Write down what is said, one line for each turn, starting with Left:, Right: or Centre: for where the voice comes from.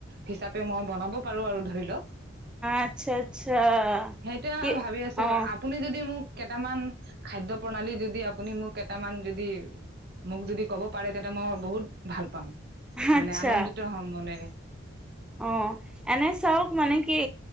Right: হিচাপে মই বনাব পাৰোঁ আৰু ধৰি লওক
Centre: আচ্ছা আচ্ছা
Right: সেইটোয়ে
Centre: কি
Right: মই ভাবি আছো
Centre: অ
Right: আপুনি যদি মোক কেইটামান খাদ্য প্ৰণালী যদি আপুনি মোক কেইটামান যদি মোক যদি ক'ব পাৰে তেতিয়া মই বহুত ভাল পাম মানে
Centre: আচ্ছা
Right: আনন্দিত হ'ম মনেৰে
Centre: অ এনে চাক মানে কি